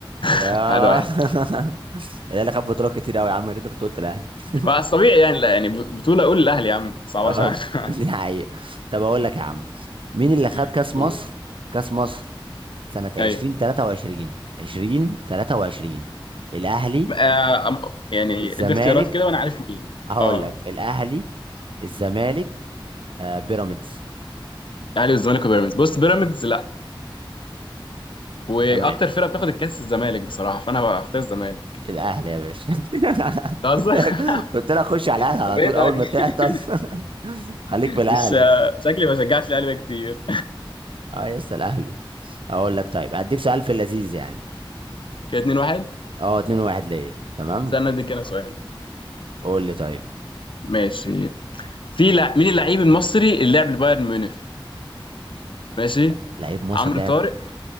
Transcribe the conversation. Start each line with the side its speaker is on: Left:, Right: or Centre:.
Right: يا
Left: <laughs> واحد واحد
Right: <laughs> الاهلي خد بطولات كتير قوي يا عم يا ريتك كنت قلت الاهلي <laughs>
Left: بس طبيعي يعني لا يعني بطوله اقول الاهلي يا عم صعباش
Right: اه
Left: على-
Right: <laughs> دي حقيقة طب اقول لك يا عم مين اللي خد كاس
Left: <laughs>
Right: مصر
Left: قول
Right: كاس مصر سنة 2023
Left: ايوه
Right: 2023 الاهلي
Left: آه... أم- يعني
Right: الزمالك
Left: ادي اختيارات كده وانا عارف مين
Right: هقول
Left: اه
Right: لك الاهلي الزمالك آه بيراميدز
Left: الاهلي والزمالك وبيراميدز بص بيراميدز واكتر
Right: تمام
Left: فرقه بتاخد الكاس الزمالك بصراحه فانا هختار الزمالك
Right: الاهلي يا باشا <laughs>
Left: أنت قصدك
Right: قلت لك
Left: <laughs>
Right: قلت لك خش على الاهلي على
Left: طب ايه
Right: طول اول
Left: طيب
Right: ما تعطل
Left: <laughs>
Right: <laughs> خليك بالاهلي
Left: مش شكلي ما شجعتش الاهلي بقى كتير
Right: اه يا اسطى الاهلي اقول لك طيب هديك سؤال في اللذيذ يعني
Left: كده 2 1
Right: اه 2 1 ليا تمام
Left: استنى اديك انا سؤال
Right: قول لي طيب
Left: ماشي في لع... مين اللعيب المصري اللي لعب لبايرن ميونخ ماشي
Right: لا- لعيب مصر
Left: عمرو
Right: لعب
Left: طارق